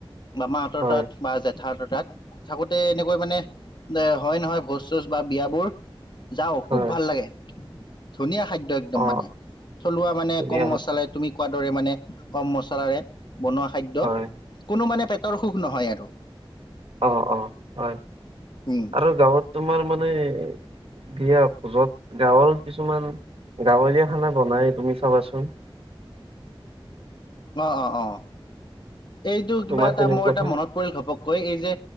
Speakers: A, on the left; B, on the right.
A: মামাহঁতৰ
B: হয়
A: তাত বা জেঠা হঁতৰ তাত থাকোতে এনেকৈ মানে হয় নহয় ভোজ চোজ বা বিয়াবোৰ যাওঁ খুব
B: হয়
A: ভাল লাগে ধুনীয়া খাদ্য একদম
B: অ
A: মানে থলুৱা মানে
B: ধুনীয়া
A: কম মছলাত তুমি কোৱাৰ দৰে মানে কম মছলাৰে বনোৱা খাদ্য
B: হয়
A: কোনো মানে পেটৰ অসুখ নহয় আৰু
B: অঁ, অঁ, হয়,
A: উম,
B: আৰু গাঁৱত তোমাৰ মানে বিয়া ভোজত গাঁৱৰ কিছুমান গাঁৱলীয়া খানা বনায় তুমি চাবাচোন।
A: অ, অ, অ, এইটো কিবা
B: তোমাৰ
A: এটা
B: তেনেকুৱা
A: মোৰ এটা মনত পৰিল ঘপককৈ এই যে